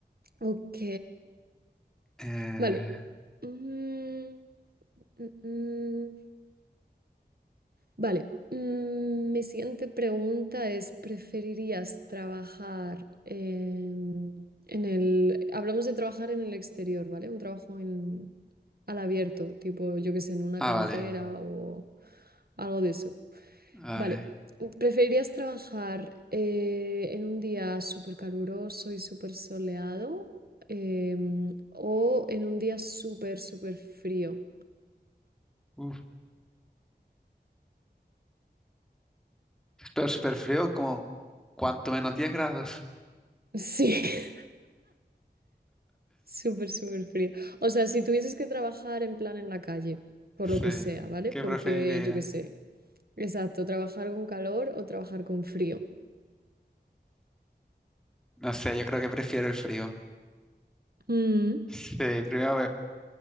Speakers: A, on the right; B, in the centre.
A: ok.
B: Eh,
A: Vale. Mm, mm, mm. Vale, mm, mi siguiente pregunta es, ¿preferirías trabajar em, en el... Hablamos de trabajar en el exterior, ¿vale? Un trabajo en, al abierto, tipo, yo qué sé, en una
B: ah,
A: cantera
B: vale,
A: o algo de eso.
B: vale.
A: Vale, ¿preferirías trabajar eh, en un día súper caluroso y súper soleado em, o en un día súper, súper frío?
B: Uf, pero súper frío, como cuanto menos diez grados.
A: <laughs> Sí. Súper, súper frío. O sea, si tuvieses que trabajar en plan en la calle, por
B: Sí.
A: lo que sea, ¿vale?
B: ¿Qué
A: Porque
B: preferiría?
A: yo qué sé. Exacto, trabajar con calor o trabajar con frío.
B: No sé, yo creo que prefiero el frío.
A: Mm,
B: Sí, primero ve-